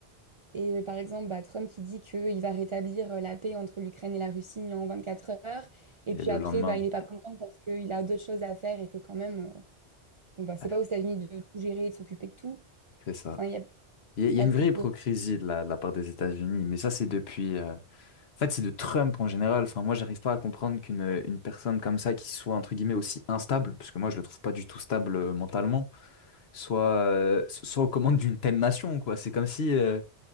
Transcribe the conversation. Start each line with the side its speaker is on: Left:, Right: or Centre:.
Right: et, euh, par exemple, bah, Trump qui dit qu'il va rétablir euh, la paix entre l'Ukraine et la Russie en 24 heures. Et
Left: Et
Right: puis
Left: le
Right: après,
Left: lendemain,
Right: bah, il n'est pas content parce qu'il a d'autres choses à faire et que quand même, euh, bon, bah, c'est
Left: ah,
Right: pas aux États-Unis de tout gérer, de s'occuper de tout.
Left: c'est ça.
Right: Enfin, il y a...
Left: Il y,
Right: c'est
Left: a il y
Right: pas
Left: a une
Right: très
Left: vraie
Right: cool.
Left: hypocrisie de la, de la part des États-Unis, mais ça c'est depuis... euh, En fait, c'est de Trump en général. Enfin, moi, j'arrive pas à comprendre qu'une une personne comme ça, qui soit entre guillemets aussi instable, parce que moi, je le trouve pas du tout stable euh, mentalement, soit, euh, so- soit aux commandes d'une telle nation, quoi. C'est comme si euh,